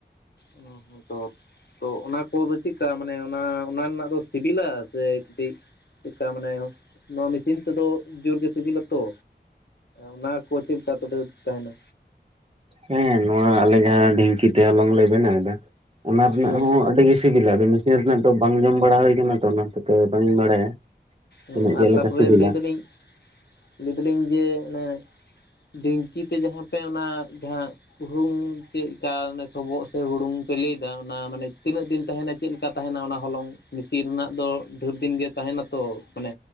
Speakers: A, on the left (about 65°); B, on the right (about 35°).
A: ᱚ ᱦᱚᱸ ᱛᱚ᱾ ᱛᱚ ᱚᱱᱟ ᱠᱚᱫᱚ ᱪᱮᱫᱠᱟ ᱢᱟᱱᱮ ᱚᱱᱟ ᱚᱱᱟ ᱨᱮᱱᱟᱜ ᱫᱚ ᱥᱤᱵᱤᱞᱟ ᱥᱮ ᱠᱟᱹᱴᱤᱡ ᱪᱮᱫᱠᱟ ᱢᱟᱱᱮ ᱱᱚᱣᱟ ᱢᱮᱥᱤᱱ ᱛᱮᱫᱚ ᱡᱳᱨ ᱜᱮ ᱥᱤᱵᱤᱞᱟ ᱛᱳ᱾ ᱚᱱᱟ ᱠᱚ ᱪᱮᱫ ᱞᱮᱠᱟ ᱛᱚᱵᱮ ᱛᱟᱦᱮᱸᱱᱟ?
B: ᱦᱮᱸ ᱱᱚᱣᱟ ᱟᱞᱮ ᱡᱟᱦᱟᱸ ᱰᱷᱤᱝᱠᱤ ᱛᱮ ᱦᱚᱞᱚᱝ ᱞᱮ ᱵᱮᱱᱟᱣ ᱮᱫᱟ ᱚᱱᱟ ᱨᱮᱱᱟᱜ
A: ᱦᱮᱸ
B: ᱦᱚᱸ ᱟᱹᱰᱤ ᱥᱤᱵᱤᱞᱟ ᱟᱫᱚ ᱢᱮᱥᱤᱱ ᱨᱮᱱᱟᱜ ᱫᱚ ᱵᱟᱝ ᱡᱚᱢ ᱵᱟᱲᱟ ᱦᱩᱭ ᱟᱠᱟᱱᱟ ᱛᱚ ᱚᱱᱟ ᱦᱚᱛᱮᱡ ᱛᱮ ᱵᱟᱝ ᱤᱧ ᱵᱟᱲᱟᱭᱟ᱾
A: ᱚ
B: ᱛᱤᱱᱟᱹᱜ ᱪᱮᱫ
A: ᱟᱨ
B: ᱞᱮᱠᱟ
A: ᱛᱟᱯᱚᱨᱮ
B: ᱥᱤᱵᱤᱞᱟ
A: ᱞᱟᱹᱭ ᱫᱟᱹᱞᱤᱧ ᱞᱟᱹᱭ ᱫᱟᱹᱞᱤᱧ ᱡᱮ ᱚᱱᱮ ᱰᱷᱤᱝᱠᱤ ᱛᱮ ᱡᱟᱦᱟᱸ ᱯᱮ ᱚᱱᱟ ᱡᱟᱦᱟᱸ ᱦᱩᱲᱩᱝ ᱪᱮᱫ ᱠᱟ ᱥᱚᱵᱚᱜ ᱥᱮ ᱦᱩᱲᱩᱝ ᱯᱮ ᱞᱟᱹᱭᱮᱫᱟ ᱚᱱᱟ ᱢᱟᱱᱮ ᱛᱤᱱᱟᱹᱜ ᱫᱤᱱ ᱛᱟᱦᱮᱱᱟ ᱪᱮᱫᱞᱮᱠᱟ ᱛᱟᱦᱮᱱᱟ ᱚᱱᱟ ᱦᱚᱞᱚᱝ ᱢᱤᱥᱤᱱ ᱨᱮᱱᱟᱜ ᱫᱚ ᱰᱷᱮᱨ ᱫᱤᱱ ᱜᱮ ᱛᱟᱸᱦᱮᱱᱟ ᱛᱚ। ᱢᱟᱱᱮ